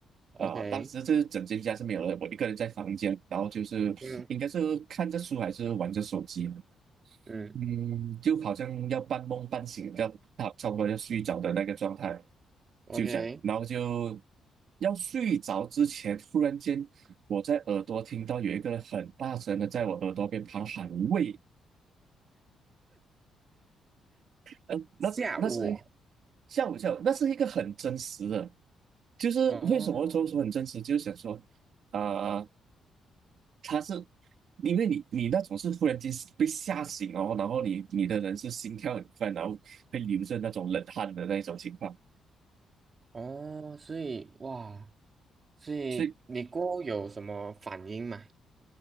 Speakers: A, on the right (about 30°); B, on the right (about 60°).
A: ，OK，OK，
B: 啊、当时这整间家是没有人，我一个人在房间，然后就是应该是看着书还是玩着手机，
A: 嗯嗯
B: 嗯，就好像要半梦半醒，要差差不多要睡着的那个状态，
A: ，OK，OK，
B: 就这样，然后就要睡着之前，突然间我在耳朵听到有一个人很大声的在我耳朵边旁喊喂，嗯、那是那是
A: 下午哦，
B: 吓我一跳，那是一个很真实的，就是为什么说说很真实，
A: 哦
B: 就是想说啊。呃他是因为你你那种是忽然间被吓醒哦，然后你你的人是心跳很快，然后会流着那种冷汗的那种情况，
A: 哦，所以哇，所以你过后有什么反应吗？
B: 所以